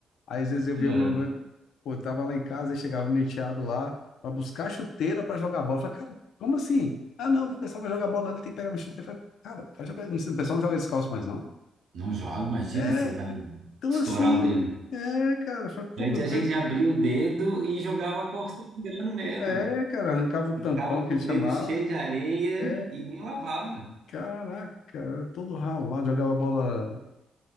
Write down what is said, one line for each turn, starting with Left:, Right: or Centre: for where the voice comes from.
Left: Aí às vezes eu
Right: Uhum.
Left: vi o meu. meu pô, eu tava lá em casa e chegava um menteado lá para buscar chuteira para jogar bola. Eu falei, cara, como assim? Ah, não, o pessoal vai jogar bola ali, tem que pegar uma chuteira. Eu falei, cara, vai jogar, o pessoal não joga descalço mais, não.
Right: Não joga, imagina
Left: É,
Right: se vai
Left: então
Right: estourar
Left: assim,
Right: o dedo.
Left: é, cara, eu falei, pô,
Right: Antes
Left: meu
Right: a
Left: pé,
Right: gente abria o dedo e jogava cor sangrando mesmo.
Left: é, é, cara, arrancava o
Right: Ficava
Left: tampão
Right: com
Left: que eles
Right: o
Left: chamavam,
Right: dedo cheio de areia
Left: é,
Right: e nem lavava.
Left: caraca, era todo ralado, jogava bola,